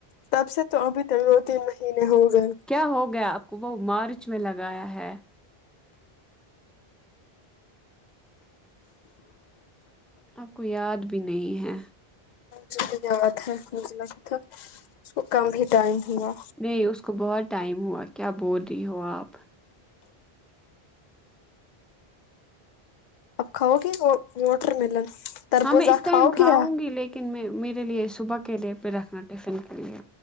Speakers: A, on the left (about 55°); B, in the centre.
A: تب سے تو ابھی تو دو تین مہینے ہو گئے
B: کیا ہو گیا آپ کو وہ مارچ میں لگایا ہے آپ کو یاد بھی نہیں ہے
A: د ہے مجلہ کہ تھا اس کو کم ہی ٹائم ہوا
B: نہیں اس کو بہت ٹائم ہوا کیا بول رہی ہو آپ
A: آپ کھاؤ گے وہ واٹر ملن تربوزہ
B: ہاں میں اس ٹائم
A: کھاؤ
B: کھاؤں
A: گے
B: گی لیکن میں میرے لیے صبح کے لیے بھی رکھنا ٹفن کے لیے